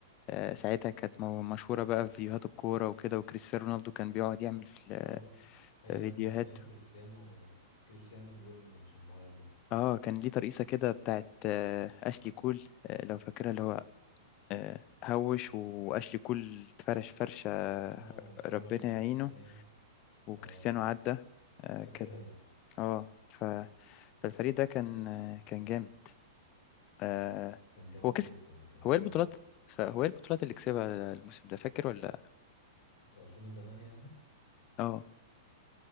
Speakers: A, on the left; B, on the left.
A: آه ساعتها كانت مو- مشهوره بقى في فيديوهات الكوره وكده وكريستيانو رونالدو كان بيقعد يعمل آه،
B: اه ايام
A: فيديوهات
B: ايام كريستيانو كريستيانو الوينج مش المهاجم
A: اه كان ليه ترقيصه كده بتاعت آه، اشلي كول آه، لو فاكرها اللي هو آه، هوش واشلي كول اتفرش فرشه
B: اه اترمى
A: ربنا
B: الناحية
A: يعينه
B: التانية
A: وكريستيانو
B: اه
A: عدى آه،
B: فاكرها
A: كانت
B: دي
A: اه ف... فالفريق ده كان آه، كان جامد آه،
B: كان جامد
A: هو كسب
B: جدا يعني كان
A: هو ايه البطولات فهو ايه البطولات اللي كسبها الموسم ده فاكر ولا
B: في 2008 يعني
A: اه